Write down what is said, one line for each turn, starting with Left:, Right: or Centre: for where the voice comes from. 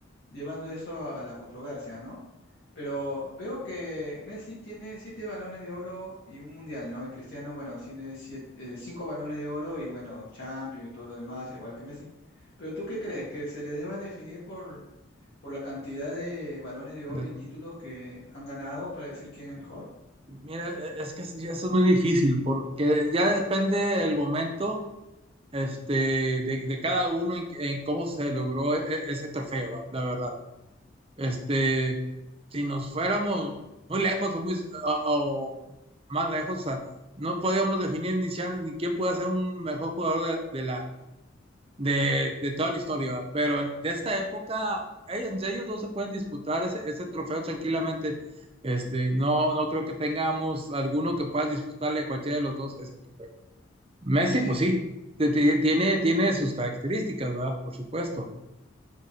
Left: llevando eso a, la controversia, ¿no? Pero veo que Messi tiene siete balones de oro y un mundial, ¿no? Y Cristiano, bueno, tiene siete- eh, cinco balones de oro y bueno, Champions y todo lo demás, igual que Messi. Pero ¿tú qué crees? ¿Que se les deba definir por, por la cantidad de balones de oro
Right: de-
Left: y títulos que han ganado para decir quién es mejor?
Right: Mira, e- es que es- ya eso es muy difícil porque ya depende el momento este, de, de cada uno en, en cómo se logró e- e- ese trofeo, va, la verdad. Este, si nos fuéramos muy lejos o, muy, o- o más lejos, o sea, no podíamos definir ni, siquiera ni quién puede ser un mejor jugador de, de la, de, de toda la historia, pero en- de esta época, ey, entre ellos dos se pueden disputar ese, ese trofeo tranquilamente. Este, no, no creo que tengamos alguno que pueda disputarle a cualquiera de los dos ese trofeo. Messi,
Left: Sí.
Right: pues sí, te- te- tiene, tiene sus características, ¿verdad? Por supuesto.